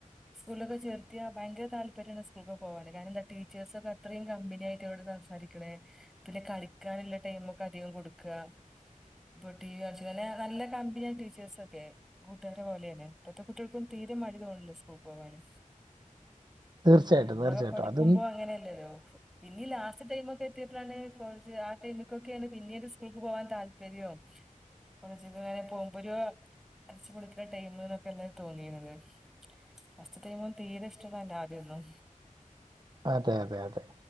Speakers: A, in the centre; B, on the right.
A: സ്കൂളൊക്കെ ചേർത്തിയാ ഭയര താല്പര്യമാണ് സ്കൂളക്ക പോകാനാന് കാരണംന്താ ടീച്ചേഴസൊക്കെ അത്രയും കമ്പിനിയായിട്ട് സംസാരിക്കണേ പിന്നെ കളിക്കാനുള്ള ടൈമ ഒക്കെ അധികം കൊടുക്കുക ഇപ്പൊ ടി വി കാളെ നല്ല കമ്പ ഞാൻ ടീച്ചേഴസ് ഒക്കെ കൂട്ടുകാരെ പോലെെയെ ഇത്തെ കുട്ടികൾക്കും തീരെ മടിതോണല്ലോ സ്കൂൾ പോവാന്
B: തീർച്ചയായിട്ടും
A: ഞമ്മളൊക്കെ
B: തീർച്ചയായിട്ടും
A: പഠിക്കുമ്പോ
B: അതും
A: അങ്ങനെയല്ലല്ലോ പിന്നീ ലാസ്റ്റ് ടൈമ ഒക്ക എത്തിയപ്പോഴാണ് കോളേജ് ആടൈമിക്കൊക്കെയാണ് പിന്നീ ഒരു സ്കൂൾക്ക് പോവാൻ താല്പര്യവും കോളേജ ഇങ്ങനെ പോകുമ്പോ ഒരു അരച്ച കൊടുക്കുന്ന ടൈമ എന്നൊക്കെല്ല തോന്നിയിുന്നത് ഫസ്റ്റ് ടൈ്പോൾ തീരെ ഇഷ്ടന്നാ എൻന്റെറെ ആദ്യൊന്നും
B: അതെ അതെ അതെ